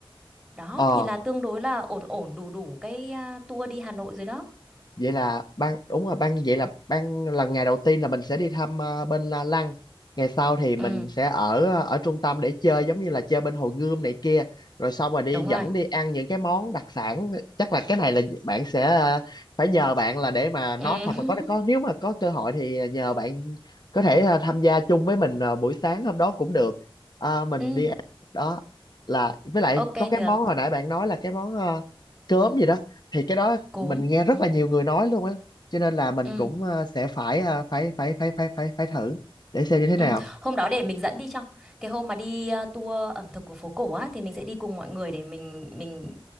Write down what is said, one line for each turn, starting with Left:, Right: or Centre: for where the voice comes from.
Centre: Đó
Left: ờ
Centre: thì là tương đối là ổn ổn đủ đủ cái ờ, tour đi Hà Nội rồi đó.
Left: vậy là ban đúng rồi ban vậy là ban là ngày đầu tiên là mình sẽ đi thăm ờ, bên La Lăng ngày sau thì mình
Centre: Ừ,
Left: sẽ ở ờ, ở trung tâm để chơi giống như là chơi bên Hồ Gươm này kia rồi xong rồi đi
Centre: đúng
Left: dẫn
Centre: rồi.
Left: đi ăn những cái món đặc sản chắc là cái này là bạn sẽ ờ, phải nhờ bạn là để mà nói
Centre: Ừ.
Left: hoặc
Centre: <laughs>
Left: là có có nếu mà có cơ hội thì nhờ bạn có thể ờ, tham gia chung với mình ờ, buổi sáng hôm đó cũng được À, mình
Centre: Ừ.
Left: đi ăn đó là với lại
Centre: Ok
Left: có cái
Centre: được,
Left: món hồi nãy bạn nói là cái món ờ, cơm gì đó thì cái đó
Centre: cốm.
Left: mình nghe rất
Centre: Ừ.
Left: là nhiều người nói luôn á cho nên là mình
Centre: Ừ.
Left: cũng ờ, sẽ phải ờ, phải phải phải phải phải phải thử để xem như thế
Centre: Ừ.
Left: nào
Centre: Hôm đó để mình dẫn đi cho. Cái hôm mà đi ờ, tour ẩm thực của phố cổ á thì mình sẽ đi cùng mọi người để mình mình